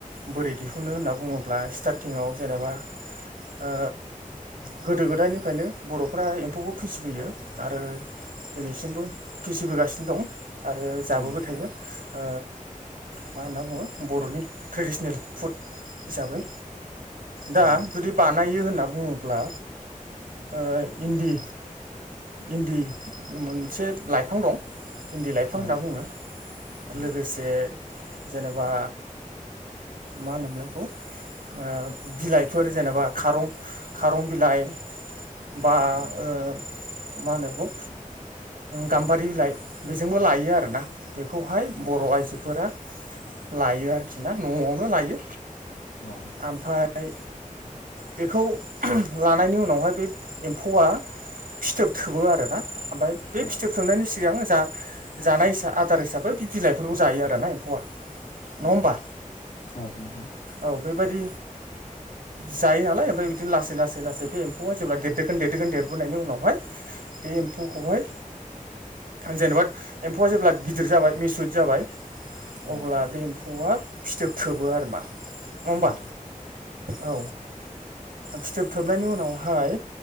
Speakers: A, on the right; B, on the left.
A: बोरै दिहुनो होनना बुङोब्ला स्टारथिंआव जेनेबा ओ गोदो -गोदायनि फ्रायनो बरफ्रा एम्फौखौ फिसिबोयो आरो दिनैसिमबो फिसिबोगासिनो दं आरो जाबोबाय
B: औ
A: थायो ओ मा होनना बुङो बरनि ट्रेडिसनेल फुड हिसाबै। दा
B: औ
A: जुदि बानायो होनना बुङोब्ला ओ इन्दि इन्दि मोनसे लाइफां दं इन्दि लाइफां
B: औ
A: होनना बुङो।
B: उम,
A: लोगोसे जेनेबा मा होनो मोनलाय बेखौ? ओ बिलाइफोर जेनेबा खारं खारं बिलाइ बा
B: औ
A: ओ मा होनो बेखौ गाम्बारि बिलाइ बेजोंबो लायो आरोना बेखौहाय
B: औ
A: बर आइजोफोरा लायो आरोखि ना नआवनो लायो।
B: औ
A: ओमफाय बेखौ लानायनि उनावहाय बे एम्फौआ फिथोब थोबो आरोना ओमफाय बे
B: औ
A: फिथोब थोबनायनि सिगां जा जानाय आदार हिसाबै बिलाइफोरखौ जायो आरोना एम्फौआ। नङा
B: औ
A: होमबा
B: औ नोंथां
A: औ बेबायदि जायो नालाय ओमफ्राय बिदिनो लासै-लासै-लासै बे एम्फौआ जेब्ला देरदोखोन- देरदोखोन देरबोनायनि उनावहाय बे एम्फौखौहाय जेनेबा एम्फौआ जेब्ला गिदिर जाबाय मिसुद जाबाय
B: औ
A: अब्ला बे एम्फौआ फिथोब थोबो आरोमा। नङा होमबा?
B: औ
A: औ फिथोब थोबनायनि उनावहाय